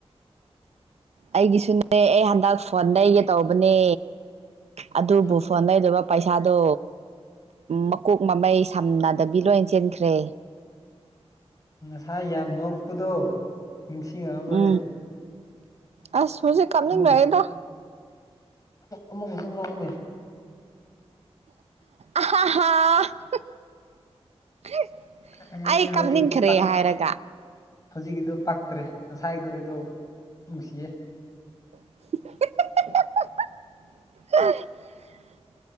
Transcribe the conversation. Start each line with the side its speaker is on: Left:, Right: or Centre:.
Right: ꯑꯩꯒꯤꯁꯨꯅꯦ ꯑꯩ ꯍꯟꯗꯛ ꯐꯣꯟ ꯂꯩꯒꯦ ꯇꯧꯕꯅꯦ ꯑꯗꯨꯕꯨ
Left: ꯎꯝ
Right: ꯐꯣꯟ ꯂꯩꯗꯣꯕ ꯄꯩꯁꯥꯗꯣ ꯃꯀꯣꯛ ꯃꯃꯩ ꯁꯝꯅꯗꯕꯤ ꯂꯣꯏ ꯆꯦꯟꯈ꯭ꯔꯦ
Left: ꯉꯁꯥꯏ ꯌꯥꯝ ꯅꯣꯛꯄꯗꯣ ꯅꯤꯡꯁꯤꯡꯉꯕꯅꯦ
Right: ꯎꯝ ꯑꯁ ꯍꯧꯖꯤꯛ ꯀꯞꯅꯤꯡꯉꯛꯑꯗ
Left: ꯑꯃꯨꯛꯀꯁꯨ ꯑꯃꯨꯛꯀꯁꯨ ꯅꯣꯛꯑꯣꯅꯦ
Right: ꯑ <unintelligible> <unintelligible>
Left: ꯑꯦ
Right: ꯑꯩ
Left: ꯍꯧꯖꯤꯛꯀꯤꯗꯤ
Right: ꯀꯞꯅꯤꯡꯈ꯭ꯔꯦ
Left: ꯄꯛ
Right: ꯍꯥꯏꯔꯒ
Left: ꯍꯧꯖꯤꯛꯀꯤꯗꯣ ꯄꯛꯇ꯭ꯔꯦ ꯉꯁꯥꯏꯒꯤꯗꯣ ꯑꯣꯏꯗꯣ ꯅꯨꯡꯁꯤꯌꯦ
Right: <unintelligible>